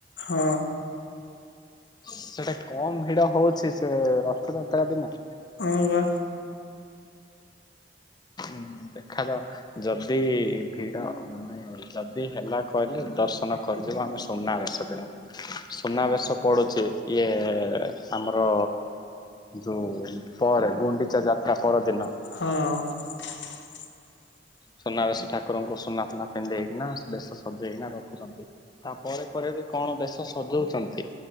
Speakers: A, on the left; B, on the left.
A: ହଁ।
B: ସେଟା କମ୍ ଭିଡ ହଉଛି ସେ ରଥଯାତ୍ରା ଦିନ।
A: ହଁ ବା।
B: ହୁଁ ଦେଖାଯାଉ ଯଦି ଭିଡ ମାନେ ଯଦି ହେଲା ଗଲି ଦର୍ଶନ କରିଦେବେ ଆମେ ସୁନାବେଶ ଧରି ସୁନାବେଶ ପଡୁଛି ଇଏ ଆମର ଯୋଉ ପରେ ଗୁଣ୍ଡିଚା ଯାତ୍ରା ପରଦିନ।
A: ହଁ। <inaudible>
B: ସୁନାବେଶ ଠାକୁରଙ୍କୁ ସୁନା ସୁନା ପିନ୍ଧେଇକିନା ବେଶ ସଜେଇକିନା ରଖୁଛନ୍ତି ତାପରେ ପରେ କଣ ବେଶ ସଜଉଛନ୍ତି